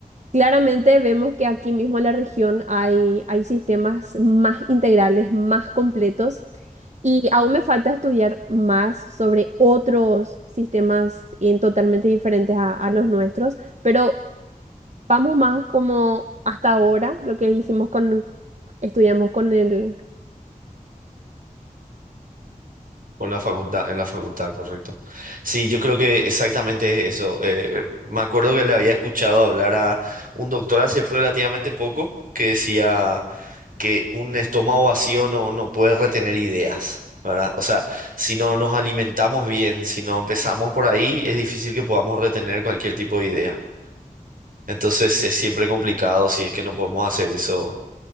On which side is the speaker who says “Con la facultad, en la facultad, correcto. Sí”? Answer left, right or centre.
Right